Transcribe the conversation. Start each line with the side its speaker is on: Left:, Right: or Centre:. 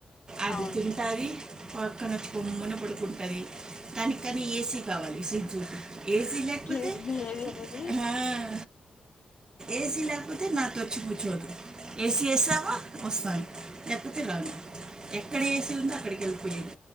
Right: అది
Left: అవును
Right: తింటాది పక్కన కుమ్మన పడుకుం దాని కానీ ఏసీ కావాలి సిజ్జు ఏసి లేకపోతే
Left: క్యూట్ బిహేవియర్ అది
Right: హ ఏసీ లేపోతే నాతొచ్చి కుచ్చోదు ఏసీ ఎసావా వస్తాను లేకపోతే రాను ఎక్కడ ఏసీ ఉందో అక్కడికి వెళ్ళిపోయేది